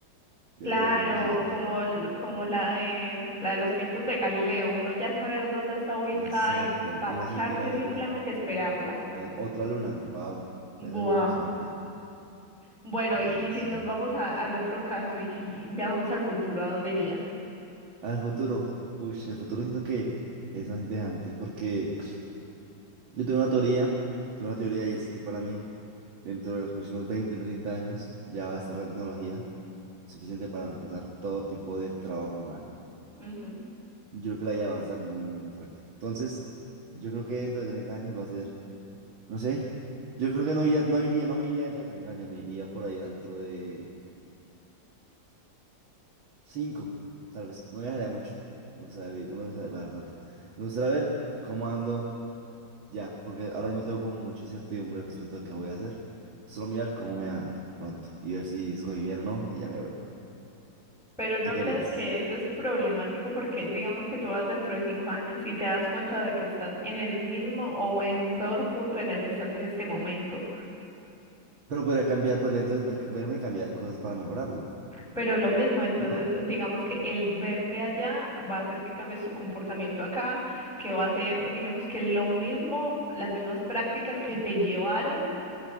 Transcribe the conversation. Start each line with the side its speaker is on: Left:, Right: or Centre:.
Right: Debe
Centre: Claro,
Right: ser algo impresionante.
Centre: como, el- como la de, la de los tiempos de Galileo, uno ya saber dónde está ubicada
Right: Exacto.
Centre: y parcharse,
Right: Y no sé, ir a verla.
Centre: simplemente esperarla.
Right: A ver, otra luna. Wow.
Centre: Wow.
Right: Debe ser muy impresionante.
Centre: Bueno,
Right: Debe
Centre: y
Right: ser,
Centre: si
Right: sí.
Centre: nos vamos a- al otro caso y si viajamos al futuro, ¿a dónde irías?
Right: Al futuro. Uy, el futuro siento que es más interesante porque yo tengo una teoría, tengo una teoría y es que para mí. Dentro de los próximos 20 30 años ya va a estar la tecnología suficiente para reemplazar todo tipo de trabajo humano.
Centre: Ujú.
Right: Yo creo que la IA va a avanzar muy, muy, muy fuerte. Entonces, yo creo que dentro de 30 años va a ser, no sé, yo creo que no iría, no iría, no me iría dentro de 30 años, me iría por ahí dentro de 5 tal vez. No viajaría mucho, o sea, vi- no me gustaría viajar tanto. Me gustaría ver cómo ando ya, porque ahora mismo tengo como mucha incertidumbre respecto a qué voy a hacer. Solo mirar cómo me va pronto y ver si escogí bien o no y ya me vuelvo.
Centre: Pero ¿no
Right: ¿Tú qué
Centre: crees
Right: harías?
Centre: que eso es problemático? Porque digamos que tú vas dentro de cinco años y te das cuenta de que estás en el mismo o en un peor punto en el que estás en este momento.
Right: Pero podría cambiar, podría entonces ver- verme y cambiar cosas para mejorarlo.
Centre: Pero lo mismo, entonces
Right: No,
Centre: digamos que el verte allá va a hacer que cambies tu comportamiento acá, que va a ser, digamos que lo mismo, las mismas prácticas que te llevaron